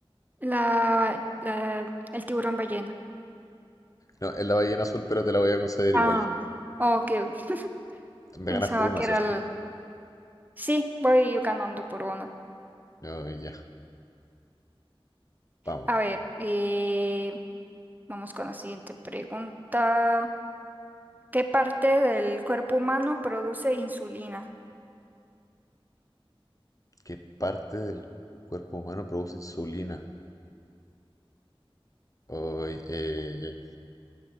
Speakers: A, on the right; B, on the left.
A: La, la, el tiburón ballena.
B: No, es la ballena azul, pero te la voy a conceder
A: Ah,
B: igual.
A: Oh, <laughs>
B: Me
A: pensaba
B: ganas por una,
A: que
B: ¿cierto?
A: era el... Sí, voy ganando por uno.
B: No, ya, vamos.
A: A ver, eh, vamos con la siguiente pregunta. ¿Qué parte del cuerpo humano produce insulina?
B: ¿Qué parte del cuerpo humano produce insulina? Ay, eh,